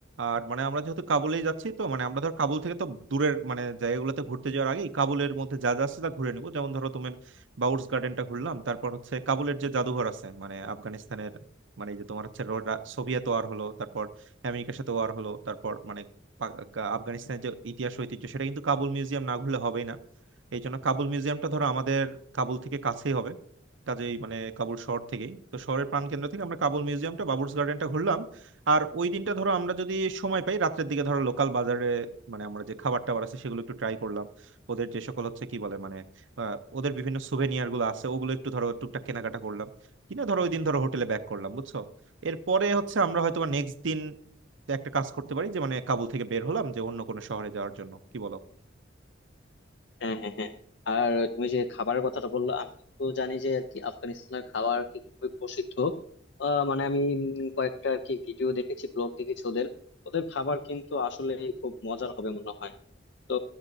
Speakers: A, on the right (about 80°); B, on the left (about 65°).
A: আর মানে আমরা যেহেতু কাবুলেই যাচ্ছি তো মানে আমরা ধর কাবুল থেকে তো দূরের মানে জায়গাগুলোতে ঘুরতে যাওয়ার আগেই কাবুলের মধ্যে যা যা আছে তা ঘুরে নিবো যেমন ধরো তোমার বাবুর্স গার্ডেনটা ঘুরলাম তারপর হচ্ছে কাবুলের যে জাদুঘর আছে মানে আফগানিস্তানের মানে এই যে তোমার হচ্ছে র- রা- সোভিয়েত ওয়ার হলো তারপর আমেরিকার সাথে ওয়ার হলো তারপর মানে পা- কা- আফগানিস্তানের যে ইতিহাস ঐতিহ্য সেটা কিন্তু কাবুল মিউজিয়াম না ঘুরলে হবেই না এই জন্য কাবুল মিউজিয়ামটা ধরো আমাদের কাবুল থেকে কাছেই হবে কাজেই মানে কাবুল শহর থেকেই তো শহরের প্রাণকেন্দ্র থেকে আমরা কাবুল মিউজিয়ামটা বাবুর্চ গার্ডেনটা ঘুরলাম আর ওই দিনটা ধরো আমরা যদি সময় পাই রাত্রের দিকে ধরো লোকাল বাজারে মানে আমরা যে খাবার টাবার আছে সেগুলো একটু ট্রাই করলাম ওদের যে সকল হচ্ছে কি বলে মানে আহ, ওদের বিভিন্ন সুভেনিয়ার গুলো আছে ওগুলো একটু ধরো টুকটাক কেনাকাটা করলাম কিনা ধরো ওই দিন ধরো হোটেলে ব্যাক করলাম বুঝছো এরপরে হচ্ছে আমরা হয়তো নেক্সট দিন একটা কাজ করতে পারি যে মানে কাবুল থেকে বের হলাম যে অন্য কোনো শহরে যাওয়ার জন্য কি বলো
B: হ্যাঁ হ্যাঁ হ্যাঁ আর তুমি যে খাবারের কথাটা বললো আমি তো জানি যে আর কি আফগানিস্তানের খাবার কি খুবই প্রসিদ্ধ আহ, মানে আমি উম, কয়েকটা আর কি ভিডিও দেখেছি ব্লগ দেখেছি ওদের ওদের খাবার কিন্তু আসলে খুব মজার হবে মনে হয় তো